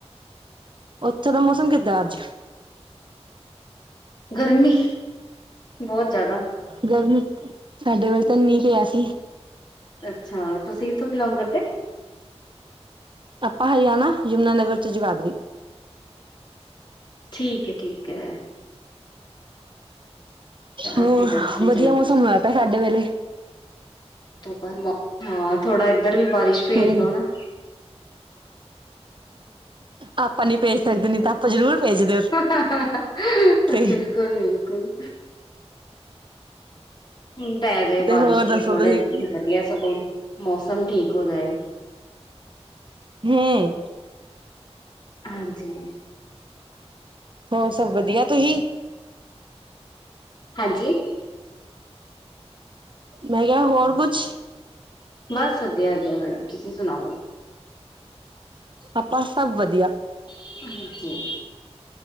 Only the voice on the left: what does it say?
ਗਰਮੀ। ਬਹੁਤ ਜ਼ਿਆਦਾ
ਅੱਛਾ, ਤੁਸੀਂ ਕਿੱਥੋਂ ਬਿਲੋਂਗ ਕਰਦੇ?
ਠੀਕ ਏ। ਠੀਕ ਏ।
ਅਸੀਂ ਤਾਂ ਇੱਥੋਂ
ਬਾਅਦ ਹਾਂ ਥੋੜਾ ਇੱਧਰ ਵੀ ਬਾਰਿਸ਼ ਭੇਜ
ਦੋ ਨਾ।
<unintelligible>
ਬਿਲਕੁਲ, ਬਿਲਕੁਲ। ਹੁਣ ਪੈ ਜਾਏ
ਬਾਰਿਸ਼
ਤਾਂ
ਥੋੜ੍ਹਾ
ਵਧੀਆ ਸਗੋਂ ਮੌਸਮ ਠੀਕ ਹੋ ਜਾਏ।
ਹਾਂਜੀ।
ਹਾਂਜੀ।
ਬਸ ਵਧੀਆ, ਵਧੀਆ ਮੈਡਮ। ਤੁਸੀਂ ਸੁਣਾਓ?
ਹਾਂਜੀ